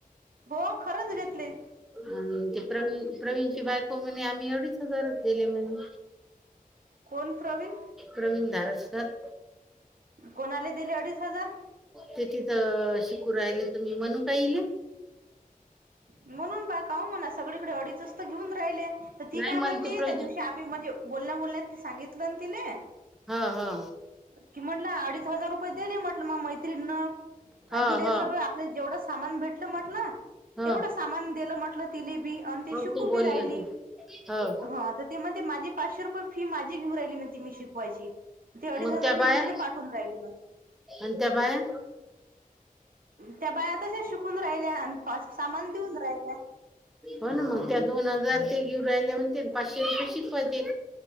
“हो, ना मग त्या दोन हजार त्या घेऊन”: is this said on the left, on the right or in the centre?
Centre